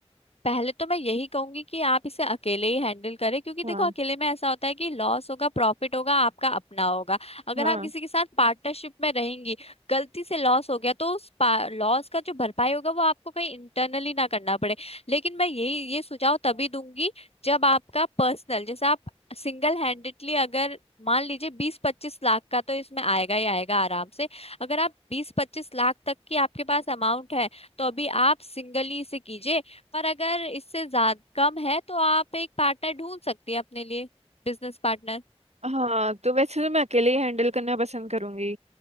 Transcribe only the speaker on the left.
पहले तो मैं यही कहूंगी कि आप इसे अकेले ही हैंडल करें क्योंकि देखो
अकेले में ऐसा होता है कि लॉस होगा प्रॉफिट होगा आपका अपना होगा अगर
आप किसी के साथ पार्टनरशिप में रहेंगी गलती से लॉस हो गया तो उस लॉस का जो भरपाई होगा वो आपको कहीं इंटरनली ना करना पड़े लेकिन मैं यही ये सुझाव तभी दूंगी जब आपका पर्सनल जैसे आप सिंगल हैंडेडली अगर मान लीजिए बीस पच्चीस लाख का तो इसमें आएगा ही आएगा आराम से अगर आप बीस पच्चीस लाख तक की आपके पास अमाउंट है तो अभी आप सिंगली इसे कीजिए पर अगर इससे ज्यादा कम है तो आप एक पार्टनर ढूंढ सकती है अपने लिए बिजनेस पार्टनर